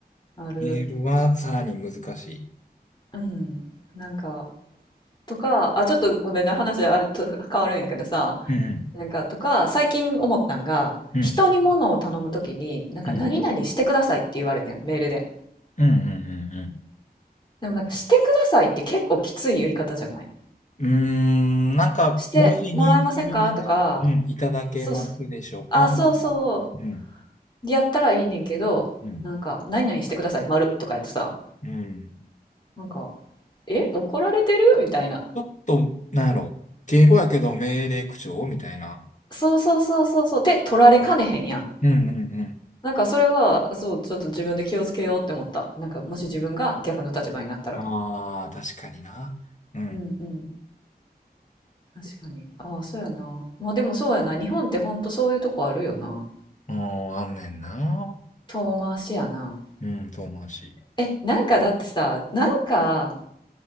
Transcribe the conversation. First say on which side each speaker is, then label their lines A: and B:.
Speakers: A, on the left; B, on the left.
A: ある。
B: メールはさらに難しい。
A: うん。なんか、とか、あ、ちょっとごめんね、話あると変わるんやけどさ、
B: うん、
A: なんかとか、最近思ったんが、
B: うん、
A: 人に物を頼むときに、なんか何々してくださいって言われてん、
B: うん、
A: メールで。
B: うん、うん、うん。
A: でもなんかしてくださいって結構きつい言い方じゃない
B: うん、うーんなんか、
A: してもらえませんかとか、
B: 文字にするなら、うん、いただけますでしょうかみたいなうん、
A: そうそう、あ、そうそう、やったらいいねんけど、
B: うん、
A: なんか何々してください、丸とかやとさ、
B: うん。
A: なんか、え、怒られてるみたいな。
B: ちょっと、なんやろ、敬語やけど命令口調みたいな。
A: そうそうそうそうそう、手取られかねへんやん。
B: うん、うん、うん。
A: なんかそれは、そう、ちょっと自分で気をつけようって思った。なんかもし自分が逆の立場になったら。
B: ああ、確かにな。うん。
A: うんうん。確かに。ああ、そうやな。まあでもそうやな。日本ってほんとそういうとこあるよな。
B: ああ、あんねんな。
A: 遠回しやな。
B: うん、遠回し。
A: え、なんかだってさ、なんか